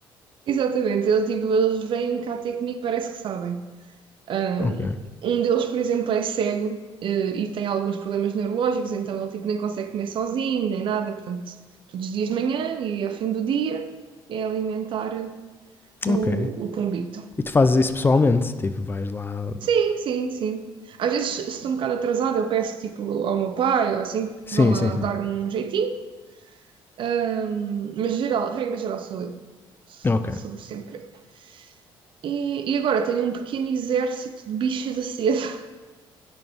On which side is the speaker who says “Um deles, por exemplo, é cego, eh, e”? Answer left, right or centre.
Right